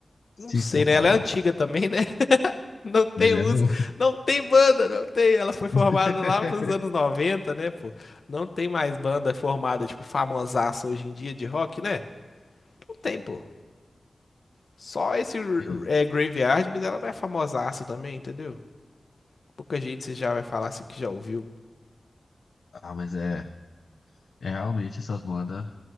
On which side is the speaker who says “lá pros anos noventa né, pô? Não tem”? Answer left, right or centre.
Left